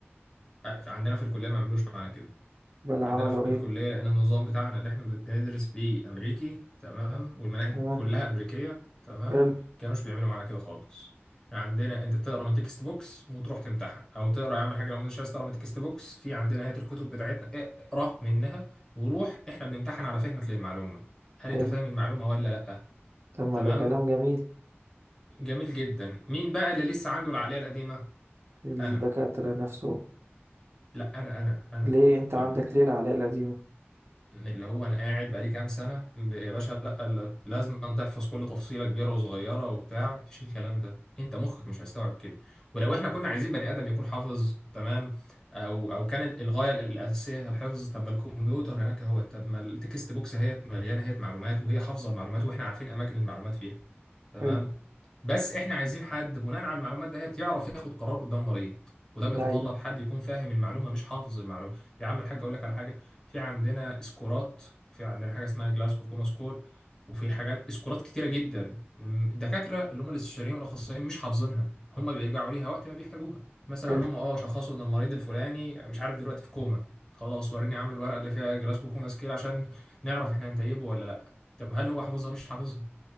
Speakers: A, on the left; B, on the right.
A: آه، عندنا في الكليه ما عملوش معانا كده
B: بل عملوا
A: عندنا في
B: ايه
A: الكلية لأن النظام بتاعنا اللي احنا بندرس بيه أمريكي تمام والمناهج
B: تمام
A: كلها أمريكية تمام
B: حلو
A: كانوش بيعملوا معانا كده خالص يعني عندنا أنت تقرا من تكست بوكس وتروح تمتحن أو تقرا يا عم حاجة لو مش عايز تقرا من تكست بوكس في عندنا هيئة الكتب بتاعتنا اقرا منها وروح احنا بنمتحن على فهمك للمعلومة هل
B: حلو
A: أنت فاهم المعلومة ولا لأ
B: طب ما
A: تمام
B: ده كلام جميل
A: جميل جدا مين بقى اللي لسه عنده العقلية القديمة
B: الدكاترة
A: أنا
B: نفسه
A: لا أنا أنا أنا
B: ليه انت عندك
A: أنا
B: ليه العلاقة القديمة
A: من اللي هو انا قاعد بقالي كام سنه ب- يا باشا لا لا- لازم أن تحفظ كل تفصيله كبيره وصغيره وبتاع مفيش الكلام ده انت مخك مش هيستوعب كده ولو
B: طب
A: احنا كنا عايزين بني ادم يكون حافظ تمام او او كان الغايه الاساسيه هي الحفظ طب ما الكمبيوتر هناك هو طب ما التكست بوكس هي مليانه هي معلومات وهي حافظه المعلومات واحنا عارفين اماكن المعلومات فيها تمام
B: حلو
A: بس احنا عايزين حد بناء على المعلومات ديت يعرف ياخد قرار قدام مريض وده بيتطلب
B: ايوه
A: حد يكون فاهم المعلومه مش حافظ المعلومه يا عم الحاج اقول لك على حاجه في عندنا سكورات في عندنا حاجه اسمها جلاسكو كوما سكور وفي حاجات سكورات كتيره جدا م، الدكاتره اللي هم الاستشاريين والاخصائيين مش حافظينها هم بيرجعوا ليها وقت ما بيحتاجوها مثلا
B: حلو
A: هم اه شخصوا ان المريض الفلاني مش عارف دلوقتي في كوما خلاص وريني يا عم الورقه اللي فيها جلاسكو كوما سكيل عشان نعرف احنا هنتيبه ولا لا طب هل هو حافظها مش حافظها